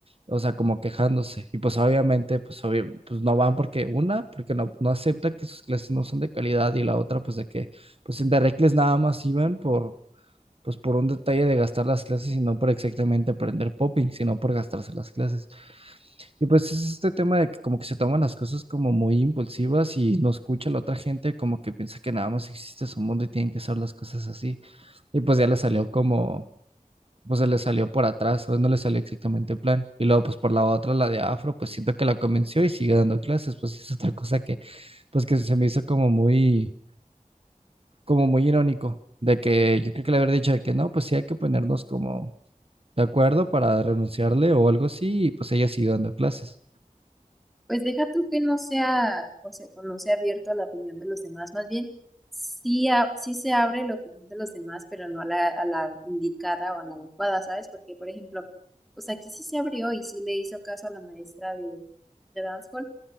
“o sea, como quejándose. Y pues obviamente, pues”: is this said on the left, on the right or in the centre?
Right